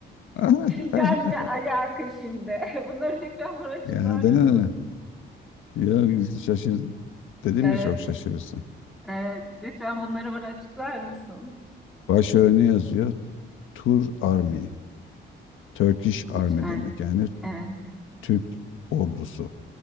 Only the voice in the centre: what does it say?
Yani ne alaka şimdi? <laughs> Bunları lütfen bana açıklar
mısın?
Evet.
Evet. Lütfen bunları bana açıklar mısın?
Hiç er.
Evet.